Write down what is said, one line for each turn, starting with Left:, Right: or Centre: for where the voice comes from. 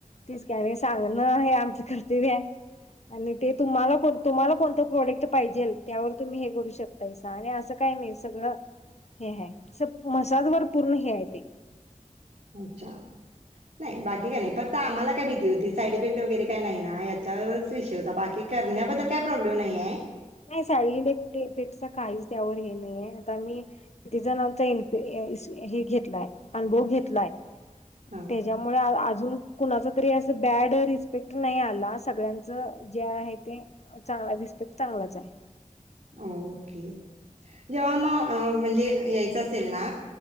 Left: तेच की आणि सांगणं, हे आमचं कर्तव्य आय. आणि ते तुम्हाला कोणत, तुम्हाला कोणूत प्रोडक्ट पाहिजेल त्यावर तुम्ही हे करू शकता यसा, आणी असं काय नाही सगळं हे हाय, मसाजवर पूर्ण हे हाय ते.
Right: अच्छा,, नाही बाकी काय नाही, फक्त आम्हाला काय भीती होती, साईड इफेक्ट वगैरे काय नाही ना यात. त्याच्यावरच विषय होता, बाकी करण्याबद्दल काही प्रॉब्लेम नाहीयेय.
Left: नाही साईड इफेक्ट काहीच त्यावर हे नाहीयेय, आता मी किती जणांचा ईनफि हे घेतलाय, अनुभव घेतलाय.
Right: हां
Left: त्याच्यामुळे आजुन कुणाचा तरी अस बॅड रिस्पेक्ट नाही आला,, सगळ्यांचा सगळ्यांच जे आहे ते, चांगला रीस्पेक्ट चांगलाच हाय.
Right: अ ओके, जेव्हा म अ म्हणजे यायचं असेल ना